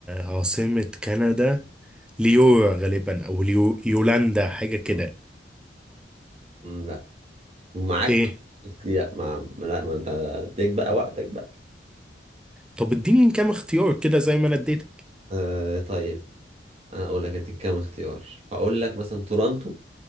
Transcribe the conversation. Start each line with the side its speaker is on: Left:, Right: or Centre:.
Centre: عاصمة كندا ليو غالبا او ليو يولاندا حاجة كده
Right: مم، لا معاك
Centre: ايه
Right: لا ما لا ما أنت اديك بقى وقتك بقى
Centre: طب اديني كام اختيار كده زي ما انا اديتك
Right: آه طيب أنا أقول لك أديك كام اختيار أقول لك مثلا تورونتو